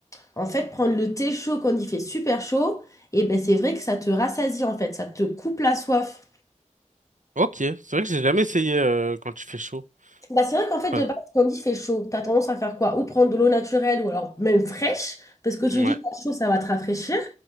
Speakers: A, on the left; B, on the right.
A: en fait, prendre le thé chaud quand il fait super chaud, et ben c'est vrai que ça te rassasie, en fait, ça te coupe la soif.
B: Ok, c'est vrai que j'ai jamais essayé euh, quand il fait chaud.
A: Bah, c'est vrai qu'en fait, de
B: Enfin,
A: base, quand il fait chaud, tu as tendance à faire quoi? Ou prendre de l'eau naturelle ou alors même fraîche, parce que tu
B: ouais,
A: dis t'as chaud, ça va te rafraîchir.